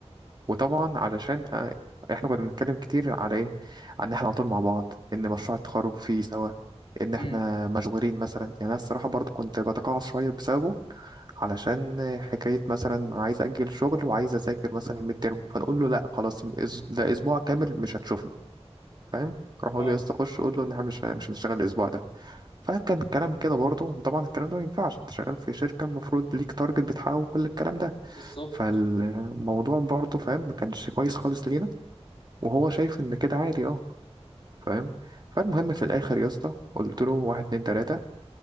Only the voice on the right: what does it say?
وطبعا علشان آه، احنا كنا بنتكلم كتير على ايه عن ان احنا على طول مع بعض ان مشروع التخرج فيه سوا ان
احنا مشغولين مثلا يعني انا الصراحه برضو كنت بتقاعس شويه بسببه علشان حكايه مثلا عايز اجل شغل وعايز اذاكر مثلا الميد ترم فنقول له لا خلاص إز- ده اسبوع كامل مش هتشوفنا فاهم اروح اقول
له يا اسطى خش قول له ان احنا مش مش هنشتغل الاسبوع ده فكان الكلام كده برضو وطبعا الكلام ده ما ينفعش انت شغال في شركه المفروض ليك تارجت بتحققه وكل الكلام ده
فالموضوع برضه فاهم ما كانش كويس خالص لينا وهو شايف ان كده عادي اه فاهم فالمهم في الاخر يا اسطى قلت له واحد اتنين تلاته